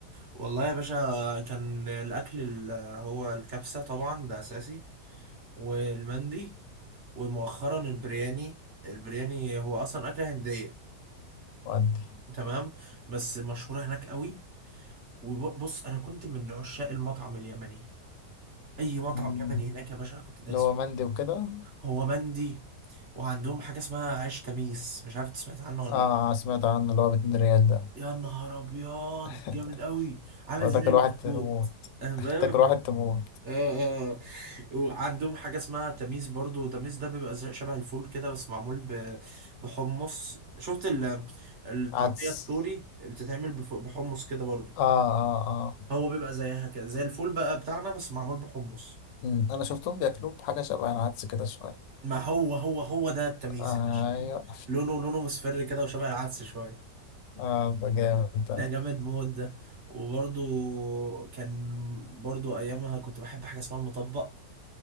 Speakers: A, on the right (about 45°); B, on the left (about 85°).
A: والله يا باشا كان الأكل اللي هو الكبسة طبعا ده أساسي والمندي ومؤخرا البرياني البرياني هو أصلا أكلة هندية
B: وأدي
A: تمام بس مشهورة هناك قوي وبص أنا كنت من عشاق المطعم اليمني أي مطعم
B: مم.
A: يمني هناك يا باشا كنت دايس
B: اللي هو
A: فيه.
B: مندي وكده
A: هو مندي وعندهم حاجة اسمها عيش تميس مش عارف أنت سمعت عنه ولا
B: اه
A: لأ
B: سمعت عنه اللي هو ب 2 ريال ده
A: يا نهار ابيض
B: <laughs>
A: جامد قوي عامل
B: لو
A: زي
B: تاكل
A: البسكوت
B: واحد تموت
A: انا فاهم
B: تاكل واحد
A: <laughs>
B: تموت
A: اه اه وعندهم حاجه اسمها تميس برضو تميس ده بيبقى زي- شبه الفول كده بس معمول ب- بحمص شفت ال- الطعميه
B: عدس
A: السوري بتتعمل بف- بحمص كده برضو
B: اه اه اه
A: هو بيبقى زيها كده زي الفول بقى بتاعنا بس معمول بحمص
B: مم. انا شفتهم بياكلوه بحاجة شبه العدس كده شوية
A: ما هو هو هو ده التميس
B: ايوه
A: يا باشا لونه لونه مصفر كده وشبه العدس شويه
B: <laughs> اه ده جامد
A: ده جامد موت ده وبرضو كان برضو ايامها كنت بحب حاجه اسمها المطبق